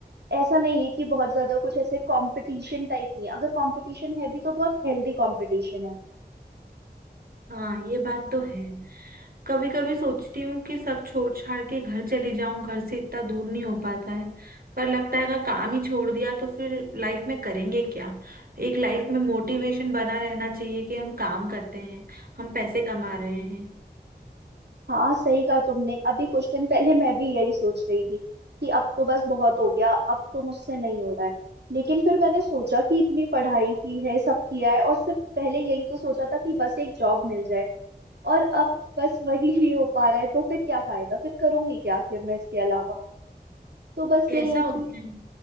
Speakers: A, on the right; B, on the right.
A: ऐसा नहीं है कि बहुत ज्यादा कुछ ऐसे कंपटीशन टाइप नहीं है अगर कंपटीशन है भी तो बहुत हेल्दी कंपटीशन है
B: हाँ ये बात तो है कभी कभी सोचती हूँ कि सब छोड़ छाड़ के घर चली जाऊं घर से इतना दूर नहीं हो पाता है पर लगता है अगर काम ही छोड़ दिया तो फिर लाइफ में करेंगे क्या एक लाइफ में मोटिवेशन बना रहना चाहिए कि हम काम करते हैं हम पैसे कमा रहे हैं
A: हाँ सही कहा तुमने अभी कुछ दिन पहले मैं भी यही सोच रही थी कि अब तो बस बहुत हो गया अब तो मुझसे नहीं हो रहा है लेकिन फिर मैंने सोचा कि इतनी पढ़ाई की है सब किया है और सिर्फ पहले यही तो सोचा था कि बस एक जॉब मिल जाए और अब बस वही <laughs> नहीं हो पा रहा है तो फिर क्या फायदा फिर करूंगी क्या फिर मैं इसके अलावा तो बस
B: कैसा
A: यही है कि
B: होता है